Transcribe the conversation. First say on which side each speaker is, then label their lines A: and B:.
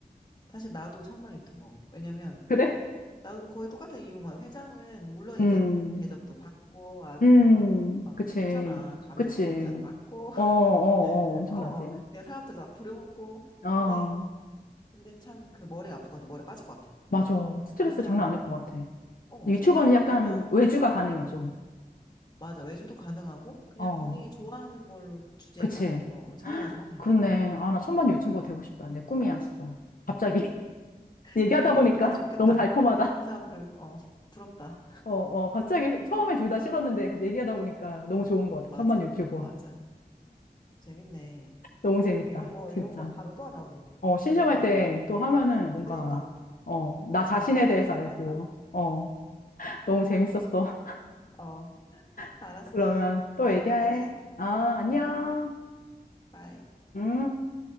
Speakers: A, on the left; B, on the left.
A: 사실 나도 천만 유튜버. 왜냐면,
B: 그래?
A: 나도 거의 똑같은 이유인 거야. 회장은 물론
B: 음,
A: 이제 대접도 받고 아주
B: 음,
A: 그냥 막
B: 그치,
A: 좋잖아. 가면
B: 그치.
A: 또 인사도 받고 <laughs>
B: 어, 어, 어, 엄청나지.
A: 어 그냥 사람들 다 부려먹고
B: 아,
A: 근데 근데 참 그 머리가 아플 것 같아. 머리 빠질 것 같아.
B: 맞아. 스트레스
A: 회장이면
B: 장난 아닐 것
A: 음.
B: 같아.
A: 어
B: 유튜버는
A: 천만 유튜버면
B: 약간 외주가 가능해, 좀.
A: 맞아 외주도 가능하고 그냥
B: 어,
A: 본인이 좋아하는 걸로 주제
B: 그치.
A: 같은 거 정해가지고 하면 되니까.
B: 그렇네. 아, 나 천만 유튜버
A: 음
B: 되고 싶다. 내 꿈이야, 진짜. 갑자기. <laughs> 얘기하다
A: 그러게
B: 보니까
A: 아 좋겠다.
B: 너무 달콤하다.
A: 그런 사람들 어 부럽다.
B: 어, 어, 갑자기 처음에 둘 다 싫었는데 갑자기 얘기하다 보니까 너무 좋은 것 같아.
A: 맞아
B: 천만 유튜버.
A: 맞아 재밌네.
B: 너무 재밌다.
A: 이런 거
B: 진짜.
A: 이런 거 다음에 또 하자 우리.
B: 어, 심심할
A: 재밌는 것
B: 때
A: 같아.
B: 또 하면은 뭔가,
A: 그니까,
B: 어, 나 자신에
A: 어, 시간
B: 대해서
A: 주익이
B: 알고,
A: 딱이다.
B: 어, <laughs> 너무 재밌었어.
A: 어,
B: <laughs>
A: 알았어.
B: 그러면 또
A: 다음에
B: 얘기해.
A: 또 해.
B: 아, 안녕.
A: 음, 바이.
B: 음.